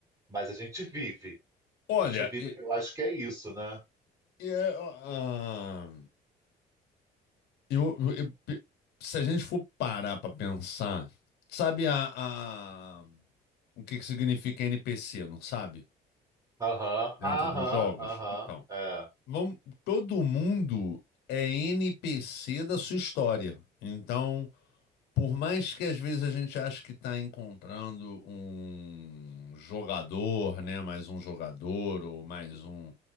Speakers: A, on the right; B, on the left.
A: Mas a gente vive.
B: Olha,
A: A gente vive,
B: e-
A: eu acho que é isso, né?
B: e é, ah, eu, eu- eu pe- se a gente for parar para pensar, sabe a, a- o que que significa NPC, não sabe?
A: Aham,
B: Dentro
A: aham,
B: dos jogos?
A: aham,
B: Então,
A: é.
B: vamos, todo mundo é NPC da sua história. Então, por mais que às vezes a gente ache que está encontrando um jogador, né? Mais um jogador ou mais um.